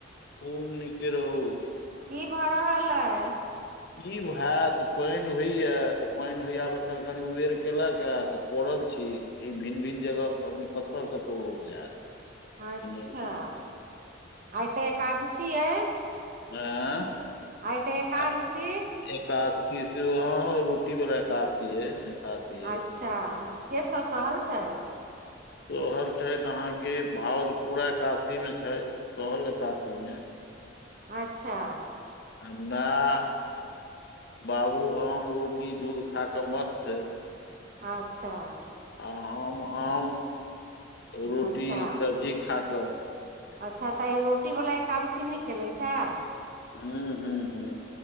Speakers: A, on the left; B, on the right.
A: खूब नीके रहू
B: की भऽ रहल अए
A: की हैत पैएन होइया तऽ पैएन होइए आब एखन कनी उबेर केलक ह तऽ पड़ल छी ई भिन भिन जगह कत कतौ लोग जायत
B: अच्छा
A: ई नहि बुझै
B: आई तऽ एकादशी अई
A: आँ
B: आइ ते एकादशी
A: आ एकादशी सेहो हह रोटी वाला एकादशी ये एकादशी ये
B: अच्छा के सब सहल छैय
A: सहल छैथ अहा कऽ भाउज पूरा एकादशी मे छैथ तोहल एकादशी मे
B: अच्छा
A: आ मैय बाबू आम रोटी दूध खा कऽ मस्त छैथ
B: अच्छा
A: आ हम आम रोटी
B: अच्छा
A: सब्जी खा कऽ
B: अच्छा तऽ आई रोटी बला एकादशी नय केलेथ हन
A: हूं हूं हूं